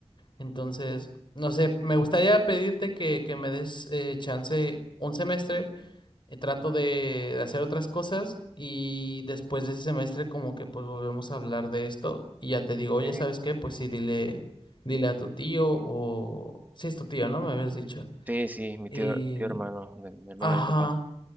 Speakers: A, on the left (about 45°); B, on the right (about 15°).
A: Entonces, no sé, me gustaría pedirte que, que me des eh, chance un semestre. eh, trato de, de hacer otras cosas y después de ese semestre como que pues volvemos a hablar de esto y ya te digo, oye,
B: Sí.
A: ¿sabes qué? Pues sí, dile, dile a tu tío o... Sí, es tu tío, ¿no? Me habías dicho.
B: Sí, sí, mi
A: Y...
B: tío, tío hermano, de, mi hermano
A: Ajá,
B: de mi papá.